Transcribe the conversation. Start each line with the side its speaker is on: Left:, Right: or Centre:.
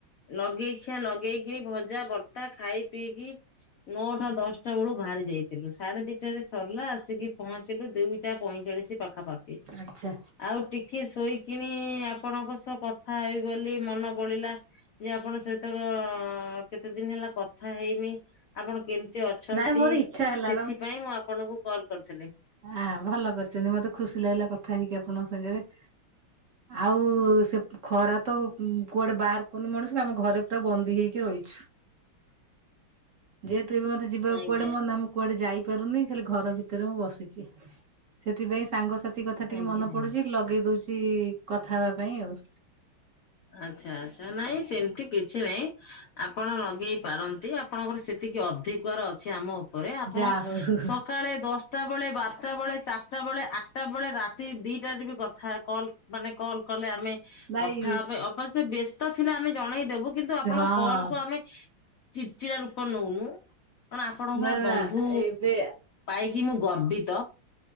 Left: ଲଗେଇଖିଆ ଲଗେଇକି ଭଜା ବର୍ତ୍ତା ଖାଇ ପିଇକି ନଅଟା ଦଶଟା ବେଳୁ ବାହାରି ଯାଇଥିଲୁ ସାଢେ ଦିଟାରେ ସରିଲା ଆସିକି ପହଞ୍ଚିଲୁ ଦିଟା ପ ତିରିଶି ପାଖାପାଖି
Right: ଆଚ୍ଛା
Left: ଆଉ ଟିକେ ଶୋଇକିଣି ଆପଣଙ୍କ ସହ କ କଥା ହେବ ବୋଲି ମନ ବଳିଲା ଯେ ଆପଣ ସହିତ ଆ କେତେ ଦିନ ହେଲା କଥା ହେଇନି, ଆପଣ କେମିତି ଅଛନ୍ତି
Right: ନାଇଁ ମୋର ଇଚ୍ଛା ହେଲା
Left: ସେଥିପାଇଁ ମୁଁ ଆପଣଙ୍କୁ କଲ କରିଥିଲି।
Right: ହ ଭଲ କରିଚନ୍ତି ମତେ ଖୁସି ଲାଗିଲା କଥା ହେଇକି ଆପଣଙ୍କ ସାଙ୍ଗରେ।
Left: <inaudible>
Right: ଆଉ ସେ ଖରା ତ କୁ କୁଆଡେ ବାହାର କରନି ମଣିଷ ଆମେ ଘରେ ପୁରା ବନ୍ଦୀ ହେଇକି ରହିଚୁ।
Left: <inaudible>
Right: ଯେହେତୁ ବି ମତେ ଯିବାକୁ
Left: ଆଜ୍ଞା।
Right: କୁଆଡେ ମନା ମୁଁ କୁଆଡେ ଯାଇ ପରୁନି ଖାଲି ଘର ଭିତରେ ମୁଁ ବସିଚି ସେଥିପାଇଁ ସାଙ୍ଗସାଥ ରାତି କଥା ଟିକେ
Left: ଆଜ୍ଞା
Right: ମନେ
Left: ଆଜ୍ଞା।
Right: ପଡୁଚି, ଲଗେଇ ଦଉଚି କଥା ହବା ପାଇଁ ଆଉ।
Left: ଆଚ୍ଛା ଆଛା ନାଇଁ ସେମିତି କିଛି ନାଇଁ ଆପଣ ଲଗେଇ ପାରନ୍ତି ଆପଣଙ୍କର ସେ ଏତିକି ଅଧିକର ଅଛି ଆମ ଉପରେ ଆପଣ
Right: ଯା ହଉ
Left: ସକାଳେ ଦଶଟା ବେଳେ ବାରଟା ବେଳେ ଚାରିଟା ବେଳେ ଆଠ ସେତବେଳେ ରାତି ଦିଟାରେ ବି କଥା କଲ୍ ମାନେ କଲ୍ କଲେ ଆମେ
Right: ନାଇଁ।
Left: ଥା ହବା ଅବଶ୍ୟ ବ୍ୟସ୍ତ ଥିଲେ ଆମେ ଜଣେଇଦବୁ କିନ୍ତୁ ଆପଣଙ୍କ
Right: ହଁ
Left: କଲ କୁ ଆମେ ଚିଡ଼ଚିଡ଼ା ରୂପ ନଉନୁ। କଣ ଆପଣଙ୍କ
Right: ନା
Left: ଏ
Right: ନା
Left: ବନ୍ଧୁ
Right: ଏବେ
Left: ପାଇକି ମୁଁ ଗର୍ବିତ।